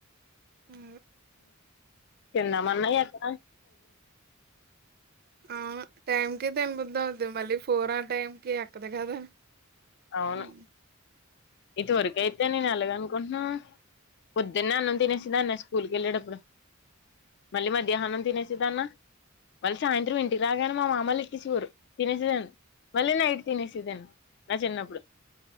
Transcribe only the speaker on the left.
తిందామన్నా ఎక్క
అవును
ఇదివరకె తే నేను అలాగ అనుకుంటున్నా పొద్దున్న అన్నం తినేసిదా అన్న స్కూల్ కి వెళ్ళేటప్పుడు మళ్ళీ మధ్యాహ్నం తినే న్న మళ్ళీ సాయంత్రం ఇంటికి రాగానే మా మామలు ఎట్టేసేవోరు తినేసేదాన్ని మళ్ళీ నైట్ తినేసేదాన్ని నా చిన్నప్పుడు